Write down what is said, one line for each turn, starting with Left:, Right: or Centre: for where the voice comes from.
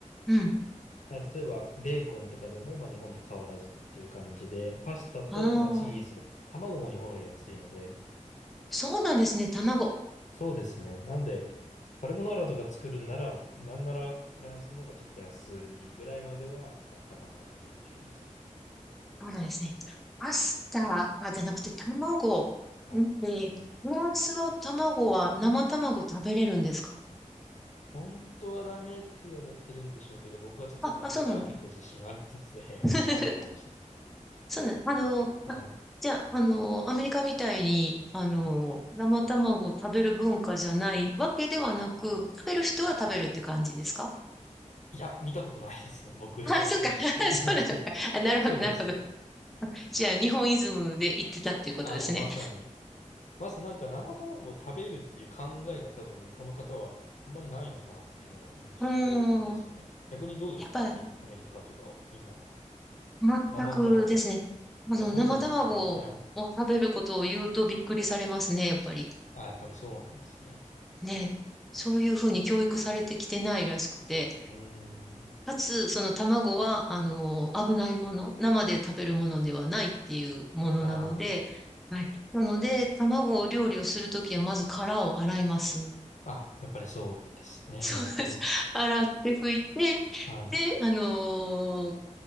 Centre: うん。
Left: だから例えば、ベーコンとかでも、まあ、日本と変わらずっていう感じで、パスタと、
Centre: ああ、
Left: まあ、チーズ、卵も日本より安いので、
Centre: そうなんですね。卵。
Left: そうですね。なんで、カルボナーラとか作るんなら、なんならフランスの方がちょっと安いぐらいまではあったかなっていう印象です。
Centre: そうなんですね。パスタ、あ、じゃなくて卵。
Left: はい。
Centre: んえー、フランスは卵は生卵食べれるんですか
Left: 本当はダメって言われてるんでしょうけど、僕はちょっとお腹が結構自信あるので
Centre: あ、あ、そうなんだ。<laughs>
Left: <laughs> 食べちゃってました。
Centre: そうなん、あの、
Left: はい。
Centre: あ、じゃあ、あの、アメリカみたいに、あの、生卵を食べる文化じゃないわけではなく、食べる人は食べるって感じですか
Left: いや、見たことないですね。僕以外には
Centre: <laughs> あ、そうか。<laughs> そうなのか。
Left: <laughs>
Centre: あ、なるほど、
Left: そうですね。
Centre: なるほど。じゃあ、日本イズムで言ってたっていうことですね。
Left: あ、もうまさに。まずなんか生卵を食べるっていう考えが多分向こうの方はあんまりないのかなっていうような印象ですね。
Centre: うーん。
Left: 逆にどうですかに、
Centre: やっぱり、
Left: アメリカとかは、今は。
Centre: 全くですね。
Left: 生卵。
Centre: あの、
Left: いや、そうですよね。
Centre: 生卵を食べることを言うとびっくりされますね、
Left: はい。
Centre: やっぱり。
Left: あ、やっぱりそうなんですね。
Centre: ね。そういうふうに教育されてきてないらしくて。
Left: うーん。
Centre: かつ、その卵は、あの、危ないもの、生で食べるものではないっていうものなので、
Left: ああ。
Centre: はい。なので、卵を料理をするときは、まず殻を洗います。<laughs>
Left: あ、やっぱりそうですね。
Centre: そうです。
Left: なるほど。
Centre: 洗って拭いて、
Left: はい。
Centre: で、あのー